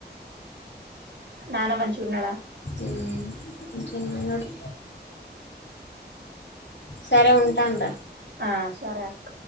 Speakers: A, on the right (about 85°); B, on the left (about 85°).
A: నాన్న మంచి గున్నాడ
B: హుమ్ మంచిగానే ఉన్నాడు సరే ఉంటాన్ర
A: ఆ సరే అక్క